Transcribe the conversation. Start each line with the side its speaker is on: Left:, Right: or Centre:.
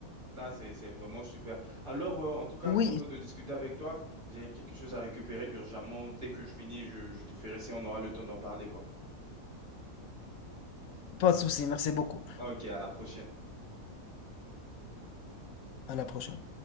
Right: Là, c'est, c'est vraiment super. Alors, euh, en tout cas,
Left: Oui,
Right: content de discuter avec toi. J'ai quelque chose à récupérer urgemment. Dès que je finis, je, je te ferai si on aura le temps d'en parler, quoi.
Left: pas de souci. Merci beaucoup.
Right: Ok, à la prochaine.
Left: À la prochaine.